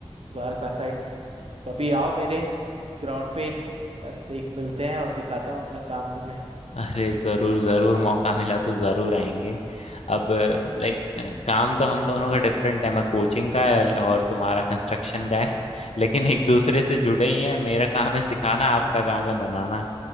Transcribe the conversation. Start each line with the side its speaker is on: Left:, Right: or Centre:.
Right: द्वारका साइड कभी आओ मेरे ग्राउंड पे अ, देख मिलते हैं और दिखाता हूँ अपना काम तुम्हें
Left: अरे ज़रूर ज़रूर मौका मिला तो ज़रूर आएंगे अब लाइक काम तो हम दोनों का डिफरेंट है मैं कोचिंग का है और और तुम्हारा कंस्ट्रक्शन का है लेकिन एक दूसरे से जुड़े ही हैं मेरा काम है सिखाना आपका काम है बनाना